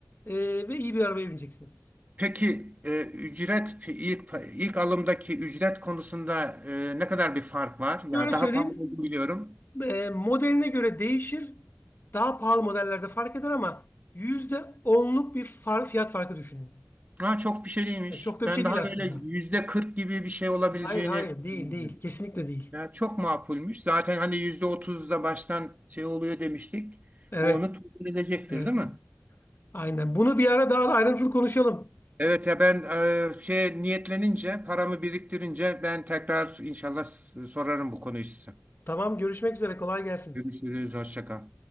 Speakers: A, on the left (about 55°); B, on the right (about 40°).
A: eee, ve iyi bir arabaya bineceksiniz.
B: Peki e, ücret ilk ilk alımdaki ücret konusunda e, ne kadar bir fark var? Yani
A: Böyle
B: daha
A: söyleyeyim.
B: pahalı olduğunu biliyorum.
A: E, modeline göre değişir. Daha pahalı modellerde fark eder ama yüzde onluk bir far, fiyat farkı düşünün.
B: Ha, çok bir şey değilmiş.
A: Yani çok da
B: Ben
A: bir şey değil
B: daha
A: aslında.
B: böyle yüzde 40 gibi bir şey olabileceğini
A: Hayır hayır değil
B: biliyorum.
A: değil. Kesinlikle değil.
B: Ya çok makulmüş. Zaten hani yüzde 30'da baştan şey oluyor demiştik.
A: Evet
B: O onu tutun edecektir,
A: evet.
B: değil
A: evet.
B: mi?
A: Aynen. Bunu bir ara daha da ayrıntılı konuşalım.
B: Evet ya ben e, şey niyetlenince paramı biriktirince ben tekrar inşallah s- sorarım bu konuyu size.
A: Tamam görüşmek üzere kolay gelsin.
B: Görüşürüz. Hoşça kal.